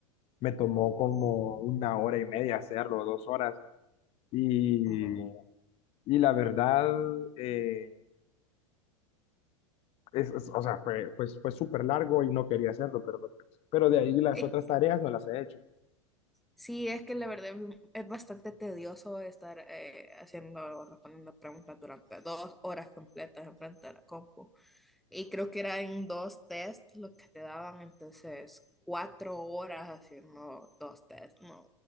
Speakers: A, on the left; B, in the centre.
A: Me tomó
B: Oh,
A: como una hora y media hacerlo, dos horas y,
B: ajá.
A: y la verdad, eh, es, es- o sea, fue, pues, fue súper largo y no quería hacerlo, pero, lo- pero de ahí las
B: Eh,
A: otras tareas no las he hecho.
B: sí, es que la verdad es bastante tedioso estar eh, haciendo o respondiendo preguntas durante dos horas completas enfrente de la compu. Y creo que eran dos test los que te daban, entonces cuatro horas haciendo dos test. No,